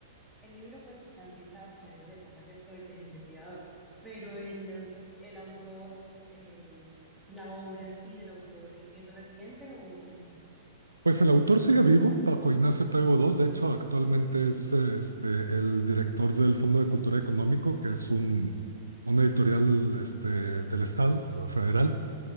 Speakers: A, in the centre; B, on the right (about 85°).
A: el libro pues está ambientado como en esas épocas, ¿cierto? El, el investigador, pero el, eh, el autor, eh, la obra en sí del autor, ¿es reciente o, o no?
B: Pues el autor sigue vivo, Paco Ignacio Taibo II, de hecho actualmente es este, el director del Fondo de Cultura Económico, que es un, una editorial este, del Estado eh, federal.